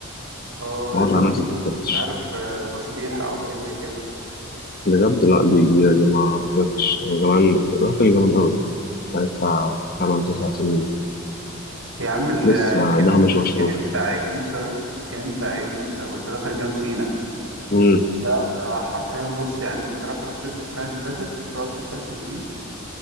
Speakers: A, on the right; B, on the left.
A: اه ولازم
B: معرفش على ناس
A: نجيب
B: بتفتش
A: برضو مش عارف آه، تصريح او حاجه زي كده
B: بجد لأ دي جديدة دي ما جبتش أنا زمان رحت من زمان أوي بقالي بتاع 8 9 سنين
A: يا عم ال-
B: لسه
A: آه، الكمين
B: ده مش مشهور
A: الكمين بتاع عيون موسى ده الكمين بتاع عيون موسى وانت داخل جنوب سيناء
B: امم
A: ده حرفيا بص يعني كنت رايح راس سدر السنه اللي فاتت بتقعد تتفتش بيه